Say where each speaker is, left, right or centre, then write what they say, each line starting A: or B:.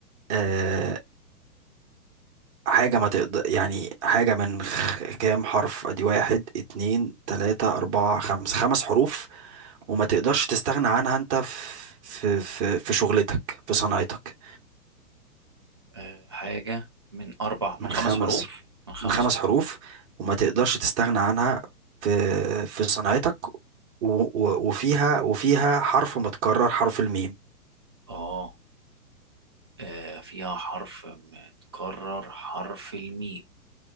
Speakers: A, on the right (about 45°); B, on the right (about 20°).
A: أه حاجه ما تقدر يعني حاجه من خ... كام حرف ادي واحد اتنين تلاته اربعه خمسه خمس حروف وما تقدرش تستغنى عنها انت في في في في شغلتك في صناعتك
B: آه حاجه من اربع
A: من
B: من خمس
A: خمس
B: حروف من خمس
A: من خمس
B: حروف
A: حروف وما تقدرش تستغنى عنها في في صناعتك و... و... وفيها وفيها حرف متكرر حرف الميم
B: اه آه، فيها حرف متكرر حرف الميم